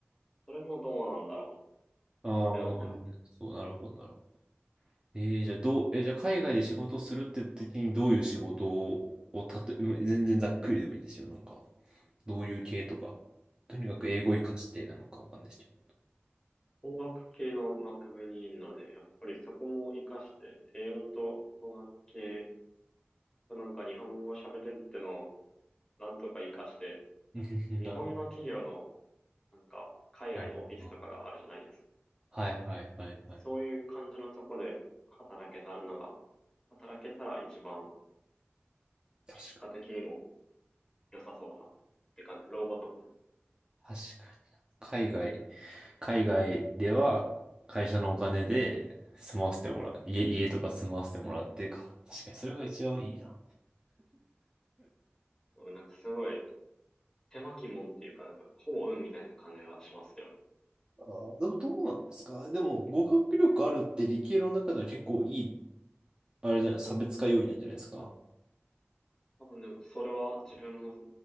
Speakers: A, on the left; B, on the right.
A: それもどうなんだろうなっ
B: ああ、
A: てのはあります。
B: まあ、全然そう、なるほど、なるほど。えー、じゃあどう、えー、じゃあ海外で仕事するって時にどういう仕事を、をたと、うん全然ざっくりでもいいんですよ。なんか、どういう系とか、とにかく英語活かしてなのかわかんないですけど。
A: やっぱり工学系の学部にいるので、やっぱりそこも活かして、英語と工学系、なんか日本語喋れるってのをなんとか活かして、
B: <laughs> うんなるほど。
A: 日本の企業の、なんか、海外のオフィスとかがあるじゃないですか。
B: あーはいはいはいはい。
A: そういう感じのとこで働けたらのが、働けたら一番、
B: 確かに。
A: 結果的にも良さそうだなって感じ。老後とか。
B: 確かにな。海外、海外では会社のお金で住まわせてもらう。家、家とか住まわせてもらってか。確かにそれが一番いいな。
A: うんなんかすごい、手巻きもんっていうか、なんか、ほぼ運みたいな感じがしますけどね。
B: あー、でもどうなんですかでも、語学力あるって理系の中では結構いい、あれじゃない、差別化要因なんじゃないですか。
A: 多分でも、それは自分も、